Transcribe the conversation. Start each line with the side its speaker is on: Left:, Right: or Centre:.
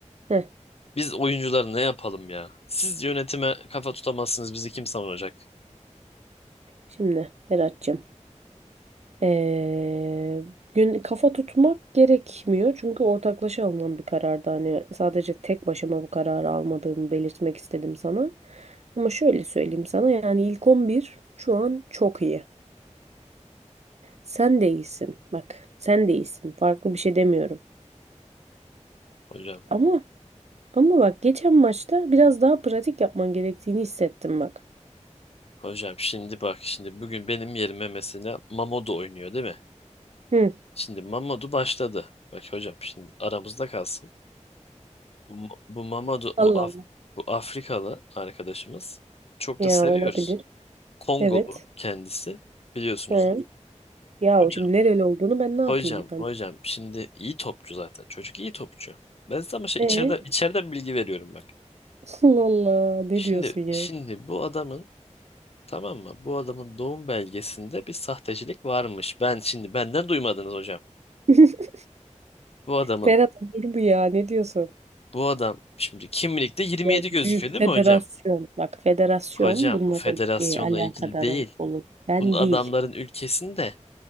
Right: Heh,
Left: biz oyuncular ne yapalım ya? Siz yönetime kafa tutamazsınız bizi kim savunacak
Right: şimdi Berat'cığım. Ee, gün kafa tutmak gerekmiyor çünkü ortaklaşa alınan bir karardı. Hani sadece tek başıma bu kararı almadığımı belirtmek istedim sana. Ama şöyle söyleyeyim sana yani ilk 11 şu an çok iyi. Sen de iyisin. Bak sen de iyisin. Farklı bir şey demiyorum.
Left: hocam?
Right: Ama ama bak geçen maçta biraz daha pratik yapman gerektiğini hissettim bak.
Left: Hocam şimdi bak şimdi bugün benim yerime mesela Mamodu oynuyor değil mi?
Right: Hı.
Left: Şimdi Mamodu başladı. Bak hocam şimdi aramızda kalsın. Bu, bu Mamodu bu,
Right: Allah
Left: Af-
Right: Allah.
Left: bu Afrikalı arkadaşımız çok
Right: Ya
Left: da seviyoruz.
Right: olabilir.
Left: Kongolu
Right: Evet.
Left: kendisi biliyorsunuzdur.
Right: He. Ya
Left: Hocam
Right: şimdi nereli olduğunu ben ne
Left: hocam
Right: yapayım yani?
Left: hocam şimdi iyi topçu zaten çocuk iyi topçu. Ben size ama şey
Right: E?
Left: içeriden, içeriden bilgi veriyorum bak.
Right: Allah Allah ne
Left: Şimdi
Right: diyorsun ya?
Left: şimdi bu adamın Tamam mı? Bu adamın doğum belgesinde bir sahtecilik varmış. Ben şimdi benden duymadınız hocam.
Right: <laughs>
Left: Bu adamın
Right: Ferhat olur bu ya ne diyorsun?
Left: bu adam şimdi kimlikte 27
Right: Ya
Left: gözüküyor
Right: büyük
Left: değil
Right: federasyon
Left: mi hocam?
Right: bak federasyon
Left: Hocam
Right: bunların
Left: bu federasyonla
Right: e, alakadarı
Left: ilgili değil.
Right: olur. Ben
Left: Bu adamların
Right: değil.
Left: ülkesinde